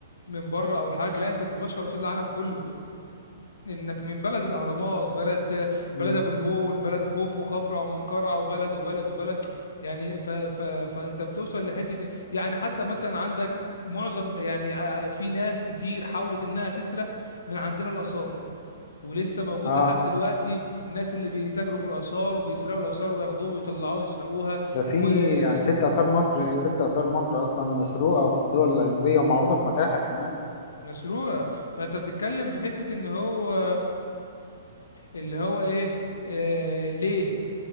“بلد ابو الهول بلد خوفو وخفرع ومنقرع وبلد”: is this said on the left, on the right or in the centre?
Left